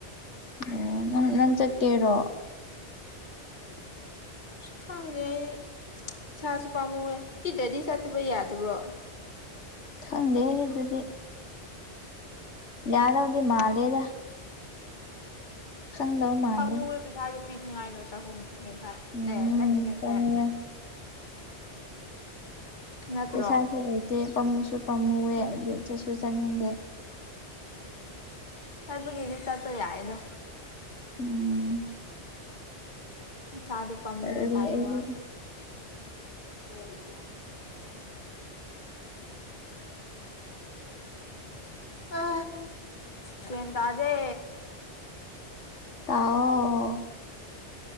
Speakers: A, on the left; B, on the left.
A: ꯑꯣ ꯅꯪ ꯅꯪ ꯆꯠꯀꯦꯔꯣ
B: ꯈꯪꯗꯦ ꯑꯩ ꯏꯁꯥꯁꯨ ꯄꯥꯝꯃꯨꯦ ꯏꯗꯗꯤ ꯆꯠꯇꯕ ꯌꯥꯗꯕ꯭ꯔꯣ
A: ꯈꯪꯗꯦ ꯑꯗꯨ ꯑꯗꯨꯗꯤ ꯌꯥꯗꯧꯗꯤ ꯃꯥꯜꯂꯦꯗ ꯈꯪꯗꯧ ꯃꯥꯥꯟꯅꯤ
B: ꯄꯥꯝꯃꯨꯑꯦ ꯄꯩꯁꯥꯗꯣ ꯄꯤꯅꯤꯡꯉꯥꯏꯗꯣ ꯆꯍꯨꯝ ꯌꯥꯡꯈꯩ
A: ꯎꯝ
B: ꯆꯅꯤ ꯌꯥꯡꯈꯩ
A: ꯆꯠꯂꯣꯏ
B: ꯅꯠꯇ꯭ꯔꯣ
A: ꯄꯩꯁꯥ ꯉꯥꯏꯇꯦ ꯄꯝꯃꯨꯁꯨ ꯄꯥꯝꯃꯨꯋꯦ ꯑꯗꯨ ꯆꯠꯁꯨ ꯆꯠꯅꯤꯡꯗꯦ
B: ꯆꯠꯄꯒꯤꯗꯤ ꯆꯄ ꯌꯥꯏꯗ
A: ꯎꯝ
B: ꯁꯥꯗ ꯎ ꯄꯝꯃ
A: ꯆꯠꯂꯒꯦ
B: ꯑꯣꯏ ꯍꯥꯏꯕ
A: ꯑꯩꯗꯤ
B: ꯋꯥ ꯍꯗ
A: ꯎꯝ
B: ꯑ ꯀꯇ ꯑꯗꯦ
A: ꯇꯥꯎ